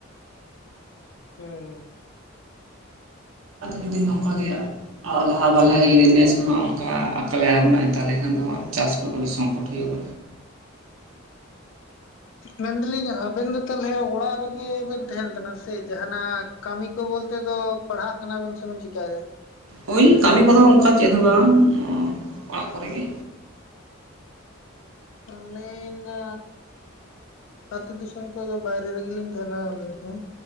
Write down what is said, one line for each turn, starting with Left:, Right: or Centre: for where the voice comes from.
Left: ᱦᱮᱸ
Right: ᱡᱩᱫᱤ ᱱᱚᱝᱠᱟ ᱜᱮ ᱞᱟᱦᱟ ᱵᱟᱞ ᱡᱮᱥ ᱦᱚᱸ ᱚᱱᱠᱟ ᱵᱚᱱᱟᱭ ᱛᱟᱦᱚᱞᱮ ᱠᱷᱟᱱ ᱫᱚ ᱪᱟᱥ ᱠᱚ ᱥᱚᱝᱠᱚᱴ ᱦᱩᱭᱩᱜ ᱠᱟᱱᱟ
Left: ᱢᱮᱱᱫᱟᱞᱤᱧ ᱟᱵᱮᱱ ᱫᱚ ᱛᱟᱦᱚᱞᱮ ᱚᱲᱟᱜ ᱨᱮᱜᱮ ᱵᱮᱱ ᱛᱟᱦᱮᱱ ᱠᱟᱱᱟ ᱥᱮ ᱡᱟᱦᱟᱱᱟᱜ ᱠᱟᱹᱢᱤ ᱠᱚ ᱵᱚᱞᱛᱮ ᱠᱟᱢᱤ ᱠᱚ ᱵᱚᱞᱛᱮᱫᱚ ᱫᱚ ᱯᱟᱲᱦᱟᱜ ᱠᱟᱱᱟ ᱵᱮᱱ ᱥᱮᱵᱮᱱ ᱪᱤᱠᱟᱭᱮᱫᱟ
Right: ᱦᱳᱭ ᱠᱟᱹᱢᱤ ᱠᱚᱫᱚ ᱚᱱᱠᱟ ᱪᱮᱫ ᱦᱚᱸ ᱵᱟᱝ ᱚᱲᱟᱜ ᱠᱚᱨᱮ ᱜᱮ
Left: ᱚᱱᱟᱹᱧ ᱫᱟ ᱟᱹᱛᱳ ᱫᱤᱥᱚᱢ ᱠᱚᱫᱚ ᱵᱟᱭᱨᱮ ᱨᱮᱜᱮᱞᱤᱧ ᱛᱟᱦᱮᱱᱟ ᱟᱹᱞᱤᱧ ᱦᱚᱸ